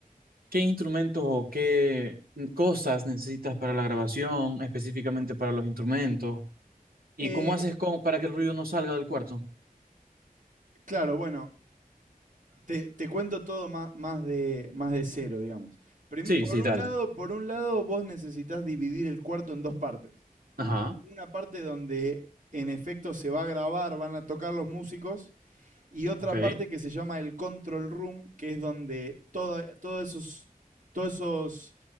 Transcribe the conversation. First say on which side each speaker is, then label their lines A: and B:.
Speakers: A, on the right (about 75°); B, on the right (about 60°).
A: ¿qué instrumentos o qué cosas necesitas para la grabación, específicamente para los instrumentos? ¿Y
B: Eh,
A: cómo haces con, para que el ruido no salga del cuarto?
B: claro, bueno, te, te cuento todo más, más de, más de cero, digamos. Prim-
A: Sí,
B: por
A: sí,
B: un
A: dale.
B: lado, por un lado, vos necesitas dividir el cuarto en dos partes.
A: Ajá,
B: Una parte donde en efecto se va a grabar, van a tocar los músicos, y otra
A: ok,
B: parte que se llama el control room, que es donde toda- todos esos, todos esos